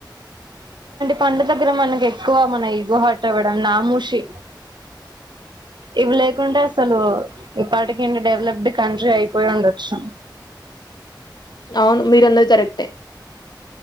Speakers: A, on the right; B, on the left.
A: పండు దగ్గరం మనకి ఎక్కువ మన ఈగో హర్ట్ అవడంనామూషి ఇవి లేకుంటడా అసలు ఇప్పటిక ఏంటి డెవలప్డ్ కంట్రీ అయిపోయి ఉండొచ్చు
B: అవును మీరు అన్నది కరెక్టే